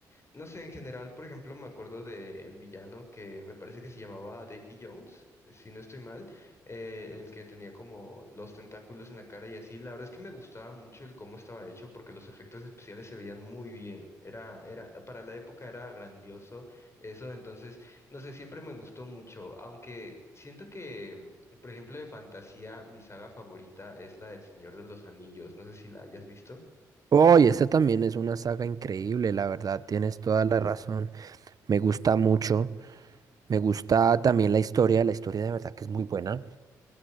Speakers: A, on the left (about 35°); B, on the right (about 50°).
A: no sé, en general, por ejemplo, me acuerdo del villano que me parece que se llamaba Davy Jones, eh, si no estoy mal, eh, el que tenía como los tentáculos en la cara y así. La verdad es que me gustaba mucho el cómo estaba hecho porque los efectos especiales se veían muy bien. Era, era, para la época era grandioso eso, entonces, no sé, siempre me gustó mucho, aunque siento que, por ejemplo, de fantasía, mi saga favorita es la del Señor de los Anillos. No sé si la hayas visto.
B: Oh, y esta también es una saga increíble, la verdad, tienes toda la razón. Me gusta mucho. Me gusta también la historia, la historia de verdad que es muy buena